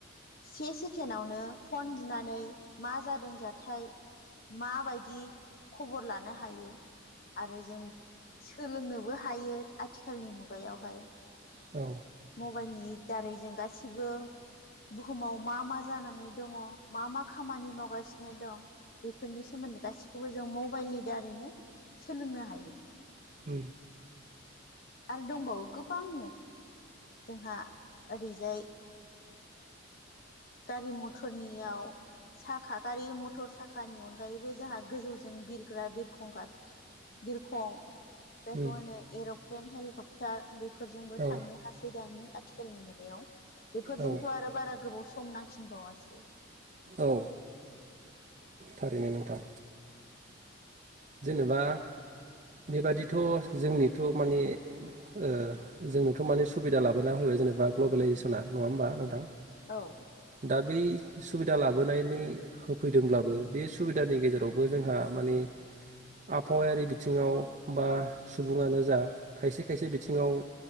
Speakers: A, on the left; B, on the right.
A: से सेकेनावनो फन बुनानै मा जादों जाथाय माबायदि खबर लानो हायो आरो जों सोलोंनोबो हा हायो आथिखालनि मुगायावहाय
B: औ
A: मबाइलनि दारै जों गासिबो बुहुमाव मा मा जानानै दङ मा मा खामानि मावगासिनो दं बेफोरनि सोमोन्दै गासिखौबो जों मबाइलनि दारैनो सोलोंनो हायो।
B: उम
A: <inaudible> आरो दंबावो गोबांनो जोंहा ओरैजाय गारि मथरनियाव साखा गारि मथर साखानि अनगायैबो जोंहा गोजौजों बिरग्रा बिरखंग बिरखं जायखौ
B: उम
A: होनो एरप्लेन हेलिकप तार बेफोरजोंबो
B: औ
A: थांनो हासै दानि आथिखालनि मुगायाव बेफोरजोंथ
B: औ
A: आरो बारा गोबाव सम नाखिन बावासो
B: औ थारैनो नोंथां जेनेबा बेबादिथ जोंनि थ माने ओ जोंनोथ माने सुबिदा लाबोना होबाय जेनेबा ग्लबेेलाइजेसना नङा होमबा नोंथां
A: औ
B: दा बै सुबिदा लाबोनानै होफैदोंब्लाबो बे सुबिदानि गेजेरावबो जोंहा माने आबहावायारि बिथिङाव बा सुबुङानो जा खायसे खायसे बिथिङाव